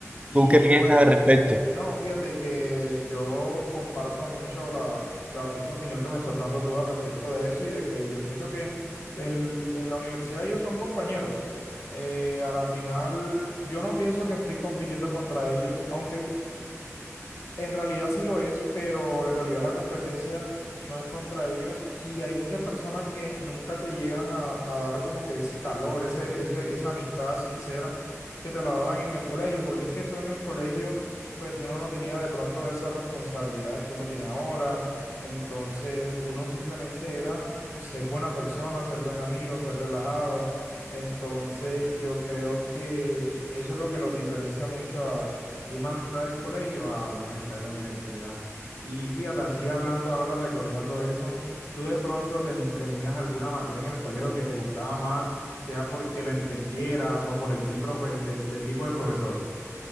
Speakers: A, on the left; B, on the right.
A: Y
B: ¿Tú qué piensas
A: bueno,
B: al respecto?
A: no, fíjate que yo comparto mucho la, la- esa opinión que me estás dando tú al respecto de eso y de que yo pienso que en, en la universidad ellos son compañeros. Eh, a la final, yo no pienso que estoy compitiendo contra ellos, aunque En realidad sí lo es, pero en realidad la competencia no es contra ellos y hay muchas personas que nunca te llegan a, a dar como que ese calor, ese, ese, esa amistad sincera que te la daban en el colegio, porque es que tú en el colegio, pues uno no tenía de pronto esas responsabilidades que uno tiene ahora, entonces uno simplemente era ser buena persona, ser buen amigo, ser relajado, entonces yo creo que eso es lo que los diferencia mucho a una amistad del colegio a una amistad de la universidad. Y fíjate, así hablando ahora, recordando eso, tú de pronto ten- tenías alguna materia en el colegio que te gustaba más, sea porque la entendieras o por el tipo de del tipo de profesor.